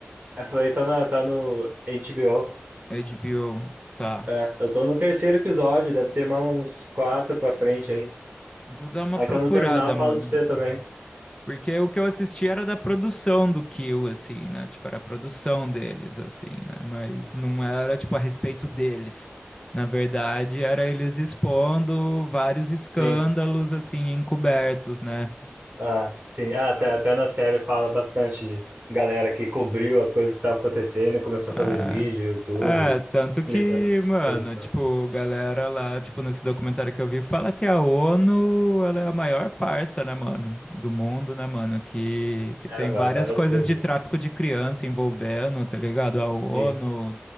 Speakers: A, on the right (about 45°); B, on the left (about 20°).
A: Essa daí tá, na, tá no HBO.
B: HBO, tá.
A: É, eu tô no terceiro episódio. Deve ter mais uns quatro pra frente aí.
B: Vou dar uma
A: Aí
B: procurada,
A: quando eu terminar, eu falo
B: mano.
A: pra você também.
B: Porque o que eu assisti era da produção do Kill, assim, né? Tipo, era a produção deles, assim, né? Mas não era, tipo, a respeito deles. Na verdade, era eles expondo vários escândalos,
A: Sim.
B: assim, encobertos, né?
A: Ah, sim. Ah, até,
B: Então,
A: até na série fala bastante de galera que cobriu as coisas que estavam acontecendo e começou a fazer
B: ah,
A: vídeo, YouTube,
B: é, tanto
A: explicando
B: que,
A: as
B: mano,
A: coisas. e tal.
B: tipo, galera lá, tipo, nesse documentário que eu vi, fala que a ONU, ela é a maior farsa, né, mano? Do mundo, né, mano? Que, que
A: É,
B: tem
A: va-
B: várias
A: várias
B: coisas
A: coisas.
B: de tráfico de criança envolvendo, tá ligado? A ONU,
A: Sim.